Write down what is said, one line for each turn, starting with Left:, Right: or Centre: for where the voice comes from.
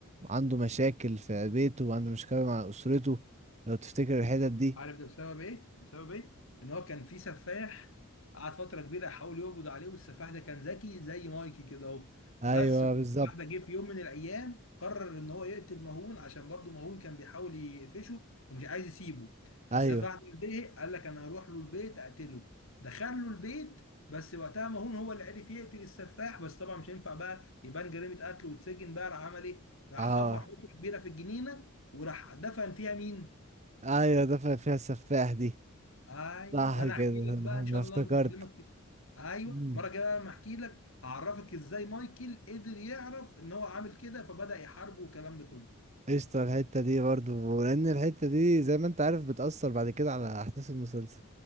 Right: عنده مشاكل في بيته وعنده مشكله مع اسرته لو تفتكر الحتت دي
Left: عارف ده بسبب ايه؟ بسبب ايه؟ ان هو كان في سفاح قعد فتره كبيره يحاول يقبض عليه والسفاح ده كان ذكي زي مايكي كده اهو
Right: ايوه
Left: بس السفاح
Right: بالظبط
Left: ده جه في يوم من الايام قرر ان هو يقتل مهون عشان برضه مهون كان بيحاول يقفشه ومش عايز يسيبه فالسفاح
Right: ايوه
Left: ده زهق قال لك انا هروح له البيت اقتله دخل له البيت بس وقتها مهون هو اللي عرف يقتل السفاح بس طبعا مش هينفع بقى يبان جريمه قتل وتسجن بقى راح عمل ايه؟ راح
Right: اه
Left: حفر حفره كبيره في الجنينه وراح دفن فيها مين؟
Right: ايوه ده ف- فيها السفاح دي
Left: ايوه
Right: صح
Left: انا
Right: كده
Left: احكي
Right: انا
Left: لك بقى ان
Right: أنا
Left: شاء الله
Right: افتكرت
Left: لما اكلمك كده ايوه
Right: مم.
Left: المره الجايه بقى لما احكي لك هعرفك ازاي مايكل قدر يعرف ان هو عامل كده فبدأ يحاربه والكلام ده كله
Right: قشطة الحتة دي برضو لأن الحتة دي زي ما انت عارف بتأثر بعد كده على أحداث المسلسل